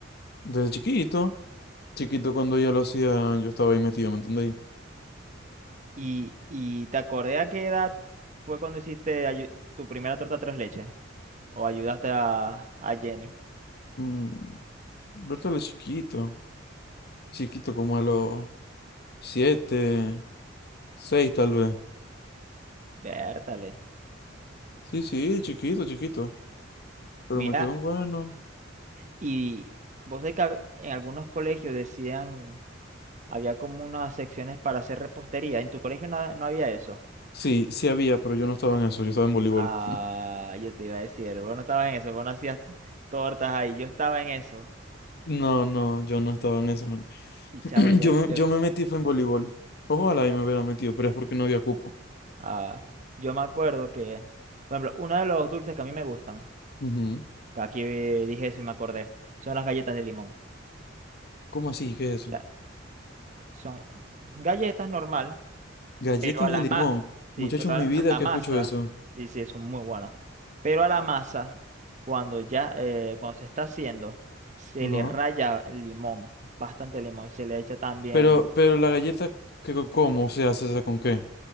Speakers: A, on the left; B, on the right.
A: desde chiquito. Chiquito cuando ella lo hacía, yo estaba ahí metido, ¿me entendéis?
B: ¿Y, y te acordé a qué edad fue cuando hiciste ayu- tu primera torta tres leches? ¿O ayudaste a, a Jenny?
A: Mm, Bertale chiquito. Chiquito como a los siete, seis tal vez.
B: Vértale.
A: Sí, sí, chiquito, chiquito. Pero
B: Mira.
A: me quedó un bueno.
B: Y vos sabés que hab- en algunos colegios decían, había como unas secciones para hacer repostería. En tu colegio no, no había eso.
A: Sí, sí había, pero yo no estaba en eso, yo estaba en voleibol.
B: Ah, yo te iba a decir, vos no estabas en eso, vos no hacías tortas ahí, yo estaba en eso.
A: No, no, yo no estaba en eso, man.
B: Y
A: <clears throat>
B: chamo, yo,
A: Yo me,
B: yo,
A: yo me metí fue en voleibol. Ojalá y me hubiera metido, pero es porque no había cupo.
B: ah, yo me acuerdo que, por ejemplo, uno de los dulces que a mí me gustan,
A: Ujú.
B: que aquí dije eso y me acordé, son las galletas de limón.
A: ¿Cómo así? ¿Qué es eso?
B: La- son galletas normal,
A: Galletas
B: Pero a la
A: de limón.
B: ma- sí,
A: Muchachos,
B: pero
A: en
B: a
A: mi
B: la, a
A: vida
B: la
A: que
B: masa,
A: escucho eso.
B: sí, sí, son muy buenas. Pero a la masa, cuando ya, eh, cuando se está haciendo, se
A: Ajá.
B: le raya limón, bastante limón, se le echa también,
A: Pero, pero la galleta, ¿qué, ¿cómo se hace esa con qué?